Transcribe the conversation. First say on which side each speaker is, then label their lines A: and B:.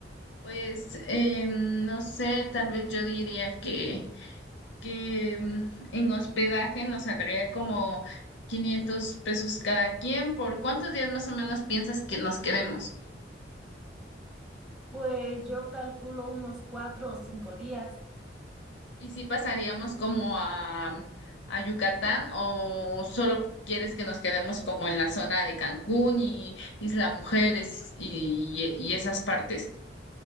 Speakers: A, on the left; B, in the centre.
A: Pues eh, no sé, tal vez yo diría que... que mm, en hospedaje nos saldría como 500 pesos cada quien. ¿Por cuántos días más o menos piensas que nos quedemos?
B: Pues yo calculo unos cuatro o cinco días.
A: ¿Y si pasaríamos como a, mm, a Yucatán o solo quieres que nos quedemos como en la zona de Cancún y Isla Mujeres y, y esas partes?